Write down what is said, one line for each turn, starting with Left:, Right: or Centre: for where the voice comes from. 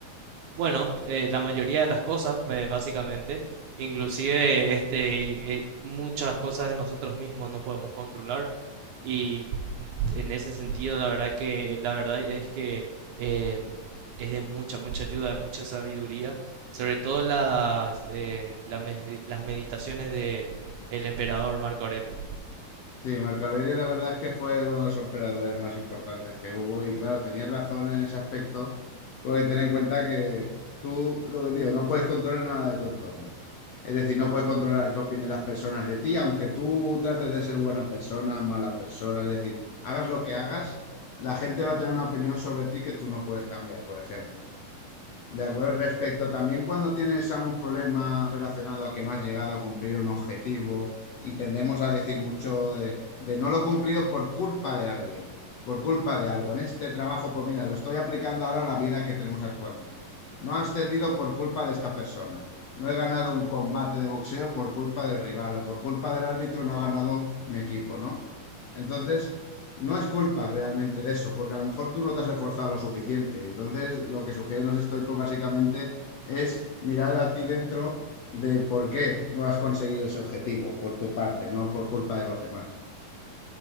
Right: bueno, eh, la mayoría de las cosas, eh, básicamente, inclusive este, y, eh, muchas cosas de nosotros mismos no podemos controlar. y en ese sentido, la verdad que, la verdad es que eh, es de mucha, mucha ayuda, de mucha sabiduría, sobre todo las, eh, la me- las meditaciones de el emperador Marco Aurelio.
Left: Sí, Marco Aurelio la verdad es que fue uno de los operadores más importantes que hubo y claro, tenías razón en ese aspecto, porque ten en cuenta que tú, lo que te digo, no puedes controlar nada de tu entorno. Es decir, no puedes controlar qué opinen las personas de ti, aunque tú trates de ser buena persona, mala persona, es decir, hagas lo que hagas, la gente va a tener una opinión sobre ti que tú no puedes cambiar, por ejemplo. De acuerdo, respecto también cuando tienes algún problema relacionado a que no has llegado a cumplir un objetivo y tendemos a decir mucho de, de no lo he cumplido por culpa de alguien, por culpa de algo. En este trabajo, pues mira, lo estoy aplicando ahora a la vida que tenemos actualmente. No he ascendido por culpa de esta persona. No he ganado un combate de boxeo por culpa del rival o por culpa del árbitro no ha ganado mi equipo, ¿no? Entonces... No es culpa realmente de eso, porque a lo mejor tú no te has esforzado lo suficiente. Entonces, lo que sugieren los estoicos básicamente es mirar a ti dentro de por qué no has conseguido ese objetivo por tu parte, no por culpa de los demás.